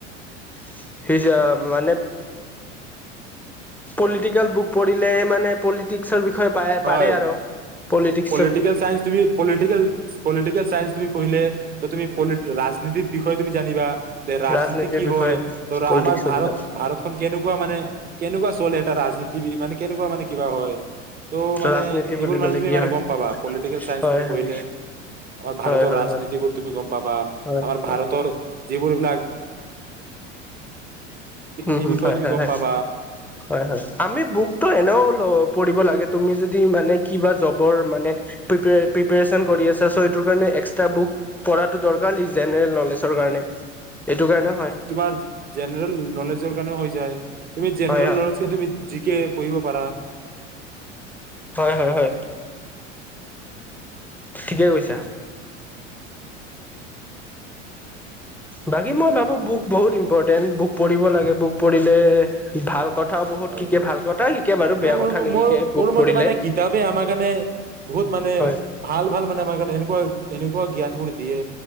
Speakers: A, in the centre; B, on the right.
A: <unintelligible> মানে, পলিটিকেল বুক পঢ়িলে মানে পলিটিকসৰ বি বিষয়ে
B: হয়
A: পাৰে আৰু। পলিটিকছ
B: পলিটিকেল চাইন্স তুমি, পলিটিকেল পলিটিকেল চাইন্স তুমি পঢ়িলে ত' তুমি প' ৰাজনীতিৰ বিষয়ে তুমি জানিবা যে ৰাজনীতি
A: ৰাজনীতিৰ
B: কি
A: বিষয়ে
B: হয়। ধৰা
A: পলিটিক্সৰ
B: আমাৰ ভাৰত
A: বিষয়ে
B: ভাৰতখন কেনেকুৱা মানে কেনেকুৱা চলে এটা ৰাজনীতিবি, মানে কেনেকুৱা মানে কিবা হয়। ত' মানে
A: ৰাজনীতি
B: এইবোৰ
A: বুলি
B: মানে
A: ক'লে
B: তুমি
A: কি
B: মানে
A: হয়
B: গম পাবা, পলিটিকেল চাইন্স
A: হয়
B: তুমি পঢিলে।
A: হয়
B: আমাৰ ভাৰতৰ
A: হয় হয়
B: ৰাজনীতিবোৰ
A: হয়
B: তুমি গম পাবা।
A: হয়
B: আমাৰ
A: হয়
B: ভাৰতৰ যিবোৰ বিলাক
A: উম,
B: এই বিষয়ে
A: হয়
B: তুমি
A: হয়
B: গম
A: হয়।
B: পাবা
A: হয় হয়। আমি বুকটো এনেও লওঁ পঢ়িব লাগে তুমি যদি মানে কিবা জবৰ মানে প্ৰপ প্ৰিপৰেচন কৰি আছা চ' সটো কাৰণে এক্সট্ৰা বুক পঢ়াটো দৰকাৰ জেনেৰেল নলেজৰ কাৰণে। এইটো কাৰণে হয়।
B: তোমাৰ জেনেৰেল নলেজৰ কাৰণেও হৈ যায়। তুমি জেনেৰেল
A: হয় হয়
B: নলেজ কে তুমি জিকে পঢ়িব পাৰা।
A: হয় হয় হয়, ঠিকে কৈছা। বাকী, মই ভাবো বুক বহুত ইম্পৰ্টেন্ট, বুক পঢ়িব লাগে। বুক পঢ়িলে। ই ভাল। কথাও বহুত
B: হয়,
A: শিকে ভাল কথা শিকে বাৰু
B: ত'
A: বেয়া
B: মোৰ
A: কথা নিশিকে
B: মোৰ
A: বুক
B: মোৰ
A: পঢ়িলে
B: মতে মানে কিতাপে আমাৰ কাৰণে বহুত মানে
A: হয়
B: ভাল ভাল মানে আমাৰ কাৰণে সেনেকুৱা। কেনেকুৱা জ্ঞানবোৰ দিয়ে।